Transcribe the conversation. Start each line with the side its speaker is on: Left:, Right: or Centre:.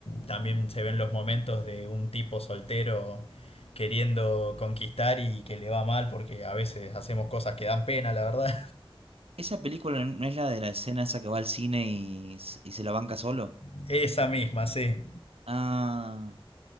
Left: también se ven los momentos de un tipo soltero queriendo conquistar y que le va mal porque a veces hacemos cosas que dan pena, la verdad.
Right: esa película no no es la de la escena esa que va al cine y, s- y se la banca solo.
Left: <laughs> Esa misma, sí.
Right: Ah,